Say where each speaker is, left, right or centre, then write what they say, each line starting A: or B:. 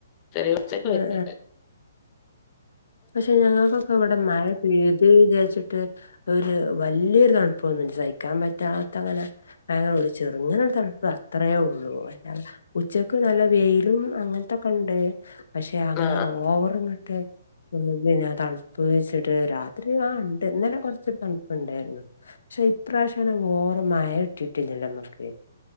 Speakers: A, on the left (about 25°); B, on the left (about 90°).
A: ചെറിയ ച്ചൊക്കെ
B: ആഹ്
A: വര്ണ് ണ്ട്.
B: പഷെ ഞങ്ങക്കൊക്കെ ഇവ ടെ മഴ പെയ്ത് വിചാരിച്ചിട്ട് ഒരു വല്യരു തണുപ്പൊന്നു സഹിക്കാൻ പറ്റ റ്റാത്ത അങ്ങനെ <unintelligible> ചെർങ്ങനെ ഒര് തൺപ്പാ അത്രയേള്ളൂ അല്ലാതെ ഉച്ചക്ക് നല്ല വെയിലും അങ്ങൻത്തൊക്കണ്ട് പക്ഷെ അങ്ങനെ
A: ആ
B: ഓവർ ഇങ്ങട്ട് പിന്നെ തൺപ്പ് വെച്ച്ട്ട് രാത്രി ആഹ് ണ്ട് ഇന്നലെ കൊർച്ച് തൺപ്പ്‌ണ്ടായിരുന്നു. പക്ഷെ ഇപ്രാവശ്യം ന ഓവർ മഴ കിട്ടിട്ടില്ലല്ലോ മ്മക്ക്?